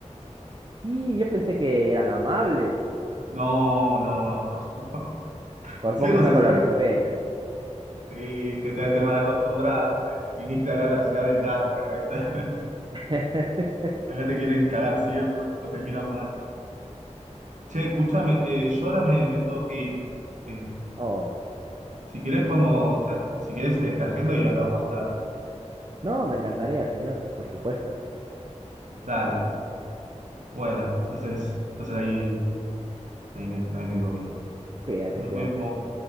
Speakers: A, on the right; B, on the right.
A: Sí, yo pensé que eran amables. ah,
B: No, no, no, no. <laughs>
A: por
B: Si
A: poco
B: algo
A: y saco
B: se sabe,
A: lo arequipeño.
B: sí, te, te, te malacostumbraste. Viniste acá a la ciudad del Garca, ¿viste?
A: <laughs>
B: <laughs> Acá te quieren cagar siempre, o te miran mal. Che, escúchame, eh, yo ahora me, me tengo que ir. Eh,
A: Oh,
B: si querés podemos,
A: adoro.
B: cha- si querés eh, te agendo y hablamos más tarde.
A: No, me encantaría, señor, por supuesto.
B: Dale. Bueno, entonces, entonces ahí, ahí me, ahí me voy.
A: Cuídate,
B: Nos
A: cuídate.
B: vemos.